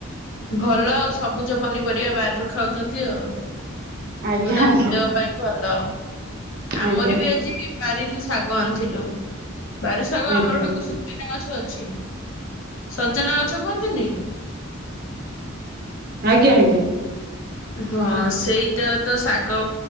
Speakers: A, on the left (about 65°); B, on the right (about 45°).
A: ଭଲ ଆଉ ସବୁଜ ପନିପରିବା ବାରିରୁ ଖାଉଛନ୍ତି ଆଉ।
B: ଆଜ୍ଞା
A: ଯୋଉଟା
B: ଆଜ୍ଞା
A: ଦେହ ପାଇଁ ଭଲ, ଆମର
B: ଆଜ୍ଞା ଆଜ୍ଞା
A: ବି ଅଛି ବାରିରୁ ଶାଗ ଆଣିଥିଲୁ, ବାରି ଶାଗ
B: ଆଜ୍ଞା
A: ଆମର ଗୋଟେ <unintelligible> ଗଛ ଅଛି ଛି ସଜନା ଗଛ କୁହନ୍ତିନି।
B: ଆଜ୍ଞା ଆଜ୍ଞା।
A: ହଁ ସେଇଟା ତ ଶାଗ